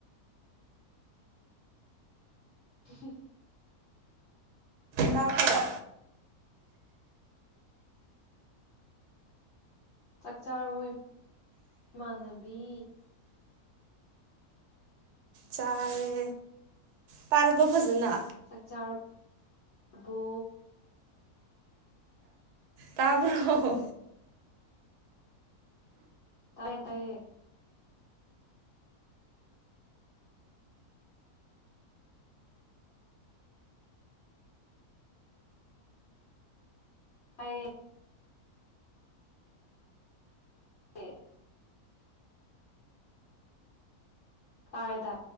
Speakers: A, on the left; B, on the right.
A: <unintelligible>
B: ꯇꯥꯕ꯭ꯔꯣ
A: ꯆꯥꯛ ꯆꯥꯔꯕꯣ ꯏꯃꯥꯟꯅꯕꯤ
B: ꯆꯥꯔꯦ ꯇꯥꯔꯕꯣ ꯐꯖꯟꯅ
A: ꯆꯥꯛꯆꯥꯔ ꯕꯣ
B: ꯇꯥꯕꯔꯣ
A: ꯇꯥꯏꯌꯦ ꯇꯥꯏꯌꯦ ꯇꯥꯏꯌꯦ ꯑꯦ ꯇꯥꯏꯔꯦ ꯇꯥꯏ